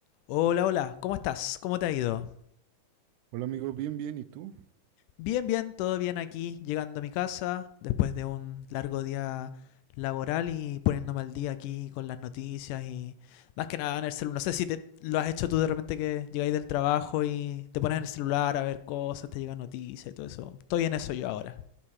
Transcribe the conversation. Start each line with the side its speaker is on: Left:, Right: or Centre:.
Left: Hola, hola, ¿cómo estás? ¿Cómo te ha ido?
Right: Hola amigo, bien, bien, ¿y tú?
Left: Bien, bien, todo bien aquí, llegando a mi casa después de un largo día laboral y poniéndome al día aquí con las noticias y más que nada en el celular. No sé si te, lo has hecho tú de repente que llegáis del trabajo y te pones en el celular a ver cosas, te llegan noticias y todo eso. Estoy en eso yo ahora.